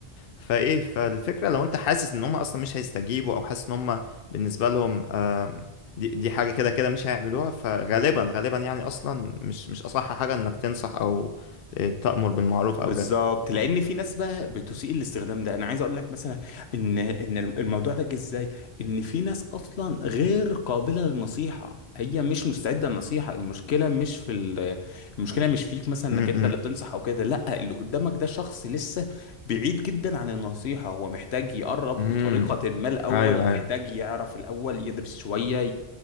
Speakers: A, on the left; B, on the left.
A: فايه فالفكره لو انت حاسس ان هم اصلا مش هيستجيبوا او حاسس ان هم بالنسبه لهم آم، دي دي حاجه كده كده مش هيعملوها فغالبا غالبا يعني اصلا مش مش اصح حاجه انك تنصح او آه، تأمر بالمعروف
B: بالظبط
A: او كده
B: لان في ناس بقى بتسيء الاستخدام ده انا عايز اقول لك مثلا ان ان الموضوع ده جه ازاي ان في ناس اصلا غير قابله للنصيحه هي مش مستعده للنصيحه المشكله مش في ال- المشكله مش فيك مثلا
A: امم
B: انك انت اللي بتنصح او كده لا اللي قدامك ده شخص لسه بعيد جدا عن النصيحه هو محتاج يقرب
A: امم
B: بطريقه ما الاول
A: ايوه
B: محتاج
A: ايوه
B: يعرف الاول يدرس شويه